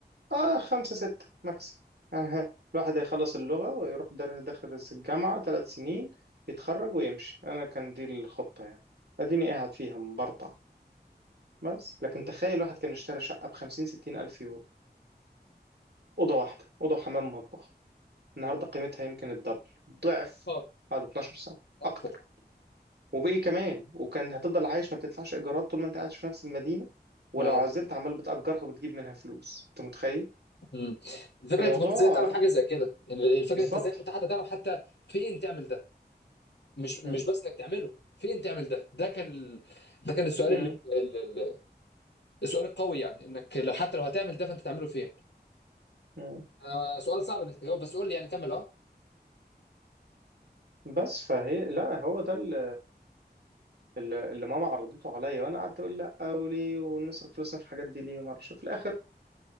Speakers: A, on the right; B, on the left.
A: اه خمسه سته ماكس <laughs> يعني الواحد هيخلص اللغه ويروح در- داخل الجامعه ثلاث سنين يتخرج ويمشي انا كان دي الخطه يعني اديني قاعد فيها مبرطع بس لكن تخيل الواحد كان اشترى شقه ب 50 60 الف يورو اوضه واحده اوضه وحمام ومطبخ النهارده قيمتها يمكن الدبل ضعف
B: اه
A: بعد 12 سنه
B: اكتر
A: اكتر وبإيه كمان وكان هتفضل عايش ما بتدفعش إيجارات طول ما أنت قاعد في نفس المدينة ولو
B: اه
A: عزلت عمال بتأجرها وبتجيب منها فلوس أنت متخيل
B: امم الفكره
A: الموضوع
B: انت كنت ازاي تعرف
A: آه،
B: حاجه زي كده؟ يعني الفكره
A: بالظبط
B: انت ازاي كنت حتى تعرف حتى فين تعمل ده؟ مش مش
A: مم.
B: بس انك تعمله، فين تعمل ده؟ ده كان ال... ده كان السؤال
A: مم.
B: اللي... ال- ال- السؤال القوي يعني انك لو حتى لو هتعمل ده فانت تعمله فين؟
A: مم.
B: آه سؤال صعب انك تجاوب بس قول لي يعني كمل اه
A: بس فهي لا هو ده ال- ال- اللي ماما عرضته عليا وانا قعدت اقول لا وليه ونصرف فلوسنا في الحاجات دي ليه وما اعرفش في الاخر